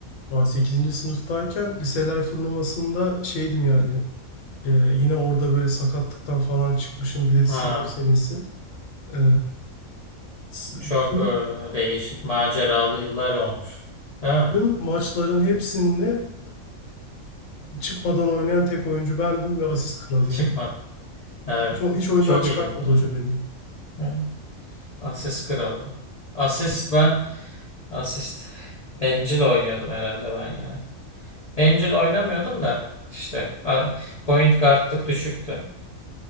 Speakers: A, on the left; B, on the left.
A: Daha 8. sınıftayken liseler turnuvasında şeydim yani e, yine orada böyle sakatlıktan falan çıkmışım bir de sınav
B: Ha,
A: senesi. E, s-
B: çok
A: tüm
B: e, değişik maceralı yıllar olmuş. Değil mi?
A: tüm maçların hepsinde e, çıkmadan oynayan tek oyuncu bendim ve asist kralıydım.
B: <laughs> Çıkmadı. Evet.
A: Hiç, o- hiç oyundan
B: Çok
A: çıkartmadı
B: ilginç. Evet.
A: hoca beni.
B: Evet. Asist kralı. Asist ben asist bencil oynuyordum herhalde ben ya. Bencil oynamıyordum da işte a- point guardlık düşüktü.